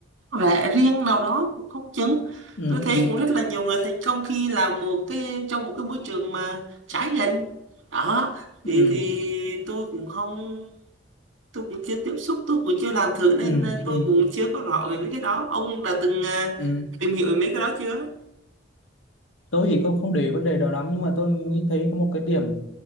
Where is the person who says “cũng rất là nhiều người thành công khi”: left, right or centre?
Right